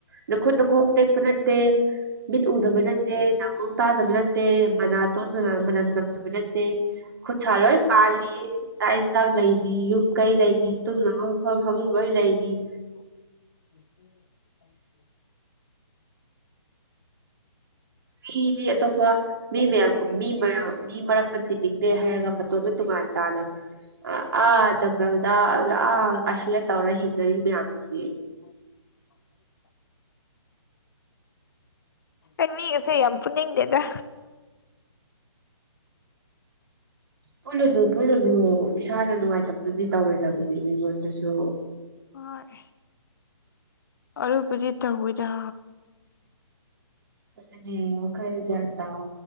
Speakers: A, on the right; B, on the left.
A: ꯅꯨꯈꯨꯠ ꯅꯨꯈꯣꯡ ꯇꯦꯛꯄ ꯅꯠꯇꯦ ꯃꯤꯠ ꯎꯗꯕ ꯅꯠꯇꯦ ꯅꯥꯀꯣꯡ ꯇꯥꯗꯕ ꯅꯠꯇꯦ ꯃꯅꯥꯇꯣꯟ ꯃꯥꯅ ꯃꯅꯝ ꯅꯝꯗꯕ ꯅꯠꯇꯦ ꯈꯨꯠꯁꯥ ꯂꯣꯏ ꯄꯥꯜꯂꯤ ꯆꯥꯛ ꯌꯦꯟꯁꯥꯡ ꯂꯩꯔꯤ ꯌꯨꯝ ꯀꯩ ꯂꯩꯔꯤ ꯇꯨꯝꯅꯕ ꯃꯐꯝ ꯗꯨꯝ ꯂꯣꯏ ꯂꯩꯔꯤ
B: <inaudible>
A: ꯃꯤꯖꯦ ꯑꯇꯣꯞꯄ ꯃꯤ ꯃꯌꯥꯝ ꯃꯤ ꯃꯌꯥꯝ ꯃꯤ ꯃꯔꯛ ꯄꯠ ꯇꯤꯅꯤꯡꯗꯦ ꯍꯥꯏꯔꯒ ꯃꯇꯣꯝꯗ ꯇꯣꯉꯥꯟ ꯇꯥꯅ ꯑ ꯑꯥ ꯖꯪ ꯒꯜꯗꯥ ꯑ ꯑꯥ ꯑꯁ꯭ꯌꯦꯠ ꯇꯧꯔ ꯍꯤꯡꯅꯔꯤ ꯃꯌꯥꯝꯖꯤꯗꯤ
B: <inaudible> ꯑꯩ ꯃꯤꯒꯁꯦ ꯌꯥꯝ ꯄꯨꯟꯅꯤꯡꯗꯦꯗ
A: ꯄꯨꯜꯂꯨꯅꯨ ꯄꯨꯜꯂꯨꯅꯨ ꯏꯁꯥꯅ ꯅꯨꯡꯉꯥꯏꯇꯕꯗꯨꯗꯤ ꯇꯧꯔꯣꯏꯗꯕꯅꯤ ꯃꯤꯉꯣꯟꯗꯁꯨ
B: ꯍꯣꯏ ꯑꯗꯨꯕꯨꯗꯤ ꯇꯧꯔꯣꯏꯗ
A: ꯆꯠꯂꯅꯤ ꯋꯥꯈꯜ ꯒ꯭ꯌꯥꯟ ꯇꯥꯎ